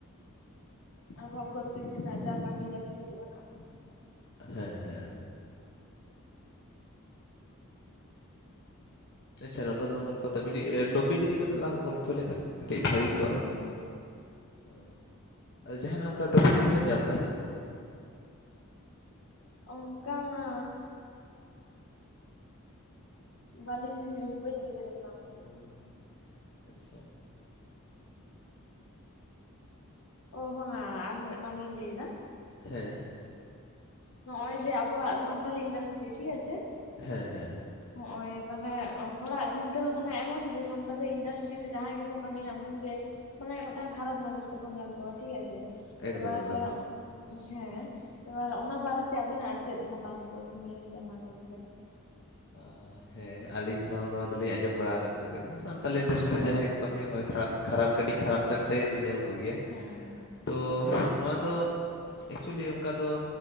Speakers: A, on the left; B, on the left.
A: ᱟᱵᱚᱣᱟᱜ ᱯᱨᱚᱛᱮᱠ ᱫᱤᱱ ᱨᱮᱱᱟᱜ ᱡᱟ ᱠᱟᱹᱢᱤ ᱡᱟᱹᱯᱤᱫ ᱦᱩᱭᱩᱜ-ᱟ ᱦᱟᱸᱜ᱾
B: ᱦᱮᱸ ᱦᱮᱸ᱾ ᱟᱪᱪᱷᱟ ᱱᱚᱝᱠᱟ ᱫᱚ ᱵᱟᱝ ᱜᱚᱞᱯᱚ ᱠᱟᱛᱮᱜ ᱢᱤᱫᱴᱤᱡ ᱴᱚᱯᱤᱠ ᱤᱫᱤ ᱠᱟᱛᱮᱜ ᱞᱟᱝ ᱜᱚᱞᱯᱚᱭ ᱞᱮᱠᱷᱟᱱ ᱠᱟᱹᱡ
A: ᱦᱟᱸᱜ
B: ᱵᱷᱟᱹᱜᱤ
A: ᱦᱮᱸ ᱦᱮᱸ
B: ᱠᱚᱜ-ᱟ᱾
A: ᱦᱮᱸ
B: ᱦᱳᱭ᱾ ᱟᱫᱚ ᱡᱟᱦᱟᱱᱟᱜ ᱚᱱᱠᱟ ᱴᱚᱯᱤᱠ ᱮᱢ ᱩᱭᱦᱟᱹᱨ ᱧᱟᱢ ᱮᱫᱟ?
A: ᱚᱱᱠᱟ ᱢᱟᱻ ᱵᱟᱹᱞᱤᱧ ᱵᱟᱹᱧ ᱩᱭᱦᱟᱹᱨ ᱮᱫᱟ᱾
B: ᱵᱟᱵᱤᱱ ᱩᱭᱦᱟᱹᱨ ᱟᱪᱪᱷᱟ᱾
A: ᱳ ᱵᱟᱝᱟᱻ ᱟᱹᱞᱤᱧ ᱢᱮᱫ- ᱴᱟᱝ ᱞᱤᱧ ᱞᱟᱹᱭᱮᱫᱟ᱾
B: ᱦᱮᱸ᱾
A: ᱱᱚᱜ-ᱚᱭ ᱡᱮ ᱟᱵᱚᱣᱟᱜ ᱥᱟᱱᱛᱟᱞᱤ ᱤᱱᱰᱟᱥᱴᱨᱤ ᱴᱷᱤᱠ ᱟᱪᱷᱮ,
B: ᱦᱮᱸ ᱦᱮᱸ᱾
A: ᱦᱚᱸᱜ-ᱚᱭ ᱢᱟᱱᱮ, ᱦᱚᱲᱟᱜ ᱪᱤᱱᱛᱟᱹ ᱵᱷᱟᱵᱱᱟ ᱮᱢᱚᱱ ᱡᱮ ᱥᱟᱱᱛᱟᱞᱤ ᱤᱱᱰᱟᱥᱴᱨᱤ ᱨᱮ ᱡᱟᱦᱟᱸᱭ ᱜᱮᱠᱚ ᱠᱟᱹᱢᱤᱭᱟ ᱩᱱᱠᱩ ᱜᱮ ᱢᱟᱱᱮ ᱢᱤᱫᱴᱟᱝ ᱠᱷᱟᱨᱟᱯ ᱱᱚᱡᱚᱨ ᱛᱮᱠᱚ ᱧᱮᱞ ᱠᱚᱣᱟ ᱴᱷᱤᱠ ᱟᱪᱷᱮ᱾
B: ᱮᱠᱫᱚᱢ
A: ᱮᱵᱟᱨᱻ
B: ᱮᱠᱫᱚᱢ᱾
A: ᱦᱮᱸ ᱮᱵᱟᱨ ᱚᱱᱟ ᱵᱟᱨᱮᱛᱮ ᱟᱵᱤᱱᱟᱜ ᱪᱮᱫ ᱢᱚᱛᱟᱢᱚᱛ ᱟᱵᱤᱱ ᱱᱤᱭᱟᱹᱢ ᱡᱟᱱᱟ ᱛᱟᱵᱤᱱ ᱠᱟᱹᱴᱤᱡ᱾
B: ᱟᱻ ᱦᱮᱸ ᱟᱹᱞᱤᱧ ᱦᱚᱸ ᱱᱚᱣᱟ ᱫᱚᱞᱤᱧ ᱟᱸᱡᱚᱢ ᱵᱟᱲᱟ ᱟᱠᱟᱫ ᱠᱚᱜᱮᱭᱟ᱾ ᱢᱟᱱᱮ ᱥᱟᱱᱛᱟᱞᱤ ᱤᱱᱰᱟᱥᱴᱨᱤ ᱨᱮ
A: ᱦᱮᱸ
B: ᱡᱟᱦᱟᱸᱭ ᱠᱚ ᱠᱟᱹᱢᱤᱭᱟ ᱦᱳᱭ ᱠᱷᱟᱨᱟᱯ ᱠᱷᱟᱨᱟᱯ ᱠᱟᱹᱴᱤᱡ ᱠᱷᱟᱨᱟᱯ ᱢᱮᱫ ᱛᱮᱜᱮ ᱠᱚ ᱧᱮᱞ ᱠᱚᱜᱮᱭᱟ
A: ᱦᱮᱸ ᱦᱮᱸ
B: ᱾ᱛᱚ ᱱᱚᱣᱟ ᱫᱚ ᱮᱠᱪᱩᱭᱮᱞᱤ ᱚᱱᱠᱟ ᱫᱚ